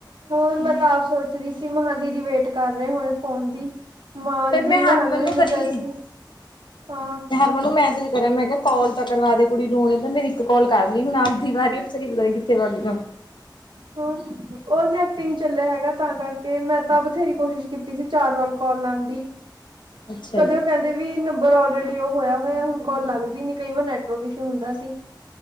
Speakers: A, on the right (about 80°); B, on the left (about 75°).
A: ਹੋਰ ਮੈਂ ਤਾਂ ਆਪ ਸੋਚ ਰਹੀ ਸੀ ਮੈ ਕਿਹਾਂ ਦੀਦੀ ਵੇਟ ਕਰ ਰਹੇ ਹੋੁਣੇ ਫੋਨ ਦੀ ਮਾਂ
B: ਫੇਰ
A: ਦੀ
B: ਮੈਂ ਹਰਮਨ
A: ਹਰਮਨਦੀਪ
B: ਨੂੰ ਕਰੀ
A: ਕਿਹਾ ਸੀ
B: ਸੀ
A: ਹਾਂ
B: ਹਰਮਨ ਨੂੰ ਮੈਸੇਜ ਮੈਂ ਕਿਹਾ ਕਾਲ ਤਾਂ ਕਰਵਾ ਦੇ ਕੁੜੀ ਨੂੰ ਹੁਣੇ ਮੇਰੀ ਇੱਕ ਕਾਲ ਕਰ ਲਈ ਹੁਣ ਆਪਦੀ ਵਾਰੀ ਪਤਾ ਨੀ ਕਿੱਥੇ ਵਗ ਗਈ
A: ਹੋਰ ਉਹ ਨੈਟ ਈ ਨੀ ਚੱਲਿਆ ਹੈਗਾ ਤਾਂ ਕਰਕੇ ਮੈਂ ਤਾਂ ਬਥੇਰੀ ਕੋਸ਼ਿਸ਼ ਕੀਤੀ ਸੀ ਚਾਰ ਵਾਰ ਕਾਲ ਲਾਣ ਦੀ
B: ਅੱਛਾ
A: ਕਦੇ
B: ਜੀ
A: ਉਹ ਕਹਿੰਦੇ ਵੀ ਨੰਬਰ ਆਲਰੇਡੀ ਉਹ ਹੋਇਆ ਹੋਇਆ ਹੁਣ ਕਾਲ ਲੱਗਦੀ ਨ ਕਈ ਵਾਰ ਨੈਟਵਰਕ ਇਸ਼ੂ ਹੁੰਦਾ ਸੀ।